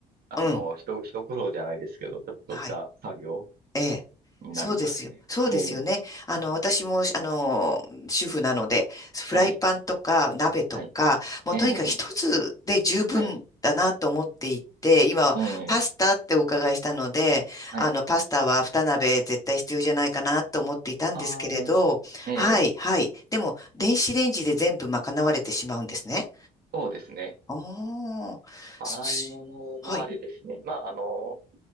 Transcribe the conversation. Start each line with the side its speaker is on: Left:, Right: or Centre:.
Right: あの、
Left: うん。
Right: ひと、ひと苦労じゃないですけど、ちょっとした作業
Left: はい。ええ。
Right: になりますね。
Left: そうですよ。そうですよね。
Right: ええ。
Left: あの、私も、あの、主婦なので、フライパンとか鍋とか、
Right: はい。はい。
Left: もうとにかく一つで十分だなと思っていて、
Right: ええ。はい。
Left: 今、
Right: ええ、
Left: パスタってお伺いしたので、
Right: はい。
Left: あの、パスタは二鍋絶対必要じゃないかなと思っていたんですけれど、
Right: ああ、ええ、
Left: はい、はい。でも、電子レンジで全部賄われてしまうんですね。
Right: そうですね。
Left: おあ、
Right: 洗い物もあれですね。
Left: すはい。
Right: まあ、あの、